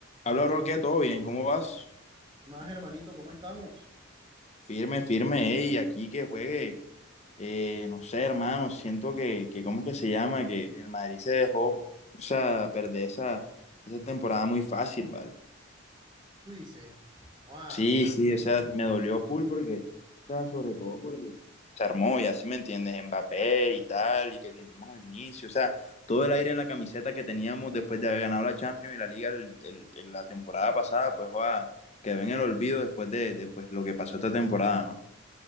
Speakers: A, on the left (about 30°); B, on the right (about 20°).
A: Habla, bro, ¿qué? ¿Todo bien? ¿Cómo vas?
B: ¿Qué más, hermanito? ¿Cómo estamos?
A: Firme, firme, ey, aquí que juegue. Eh, no sé, hermano, siento que, que, ¿cómo es que se llama? Que el Madrid se dejó, o sea, perder esa, esa temporada muy fácil, ¿vale?
B: Tú dices, wow,
A: Sí, sí, o sea, me dolió full porque, o sea, sobre todo porque se armó, y así me entiendes, Mbappé y tal, y que teníamos al inicio, o sea, todo el aire en la camiseta que teníamos después de haber ganado la Champions y la Liga el- el- el- la temporada pasada, pues, joda, quedó en el olvido después de, de, pues, lo que pasó esta temporada, ¿no?